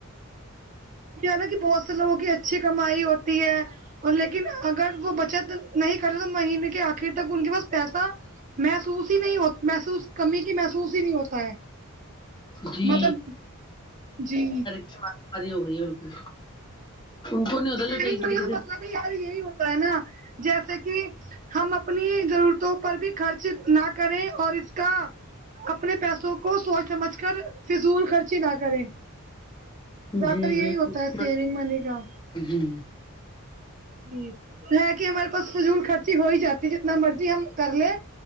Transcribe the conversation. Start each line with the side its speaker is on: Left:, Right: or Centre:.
Right: کیا نا کہ بہت سے لوگوں کی اچھی کمائی ہوتی ہے اور لیکن اگر وہ بچت نہیں کرتے تو مہینے کے آخر تک ان کے پاس پیسہ محسوس ہی نہیں ہو محسوس کمی کی محسوس ہی نہیں ہوتا ہے
Left: جی
Right: مطلب جی
Left: مت اری ہو گئی ہے بالکل ان کو نہیں ہوتا
Right: سیونگ
Left: جو صحیح طریقے
Right: منی کا
Left: سے
Right: مطلب یار یہی ہوتا ہے نا جیسے کہ ہم اپنی ضرورتوں پر بھی خرچ نہ کریں اور اس کا اپنے پیسوں کو سوچ سمجھ کر فضول خرچی نہ کریں زیاد
Left: جی
Right: تر یہی
Left: جی
Right: ہوتا ہے سیونگ منی کا
Left: جی
Right: جی یہ کہ ہمارے پاس فضول خرچی ہو ہی جاتی جتنا مرضی ہم کر لیں